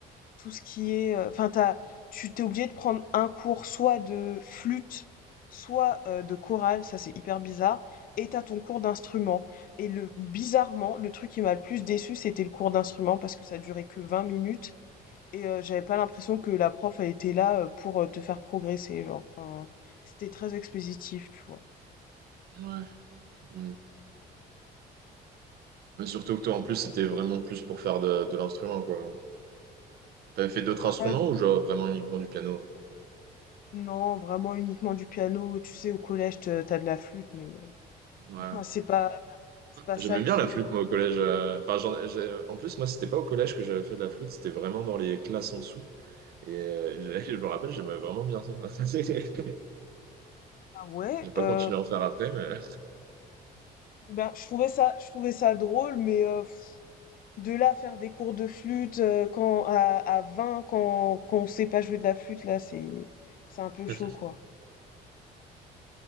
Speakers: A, on the left (about 55°); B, on the right (about 65°).
A: tout ce qui est, heu, enfin t'as tu t'es obligé de prendre un cours soit de flûte, soit, heu, de chorale, ça c'est hyper bizarre et t'as ton cours d'instrument et le bizarrement, le truc qui m'a le plus déçu c'était le cours d'instrument parce que ça durait que 20 minutes et heu, j'avais pas l'impression que la prof, elle était là, heu, pour, heu, te faire progresser, genre, enfin, c'était très expositif, tu vois?
B: Ouais. Mm. Mais surtout que toi, en plus, c'était vraiment plus pour faire de, de l'instrument, quoi. T'avais fait d'autres
A: Ouais,
B: instruments
A: v
B: ou genre vraiment uniquement du piano?
A: non, vraiment uniquement du piano, tu sais, au collège, te tu de la flûte mais heu,
B: Ouais.
A: enfin, <laughs> c'est pas c'est pas
B: J'aimais
A: ça qui
B: bien la flûte, moi, au collège. euh, Enfin, j'en- j'ai- en plus, moi, c'était pas au collège que j'avais fait de la flûte, c'était vraiment dans les classes en dessous. Et euh, <laughs> je, je me rappelle, j'aimais vraiment bien ça. <laughs>
A: Ah ouais,
B: J'ai pas
A: euh,
B: continué à en faire après, mais...
A: ben je trouvais ça, je trouvais ça drôle, mais euh, de là à faire des cours de flûte euh, quand à, à 20 quand quand on sait pas jouer de la flûte là, c'est c'est un peu chaud
B: <laughs>
A: quoi.